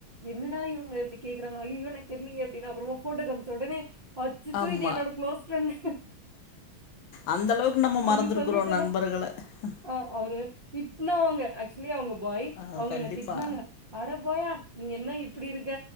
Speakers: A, on the right; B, on the left.
A: என்னடா இவங்க கேக்குறாங்க ஐய்யயோ எனக்கு தெரிலயே அப்டின்னு அப்றமா போட்டோ காமிச்ச உடனே அச்சச்சோ
B: ஆமா.
A: இது என்னோட க்ளோஸ் ப்ரெண்டு
B: அந்த அளவுக்கு நம்ம
A: அப்டி
B: மறந்துருக்குறோம்
A: சொல்லிட்டேன்னா
B: <unintelligible>
A: ஓ ஹோ அவரு திட்னா அவங்க ஆக்சுவலி அவங்க பாய்
B: ஆ
A: அவங்க
B: கண்டிப்பா
A: என்ன திட்னாங்க அட போயா நீ என்ன இப்டி இருக்க